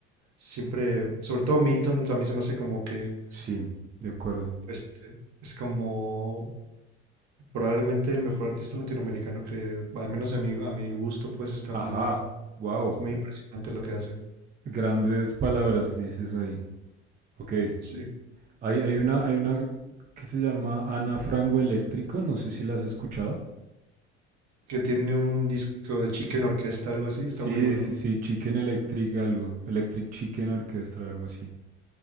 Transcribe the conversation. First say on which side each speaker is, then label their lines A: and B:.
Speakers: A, on the right; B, on the right.
A: Siempre, sobre todo Milton, a mí se me hace como que,
B: Sí, de acuerdo.
A: este, es como probablemente el mejor artista latinoamericano que, al menos a mi, a mi gusto, pues está
B: Ajá,
A: muy,
B: wow,
A: es muy impresionante lo que hace.
B: grandes palabras dices ahí. Ok.
A: Sí.
B: Hay, hay una, hay una que se llama Ana Frango Eléctrico, no sé si la has escuchado.
A: Que tiene un disco de Chicken Orquesta, algo así, está
B: Sí,
A: muy bueno.
B: sí, sí, Chicken Electric algo, Electric Chicken Orchestra, algo así.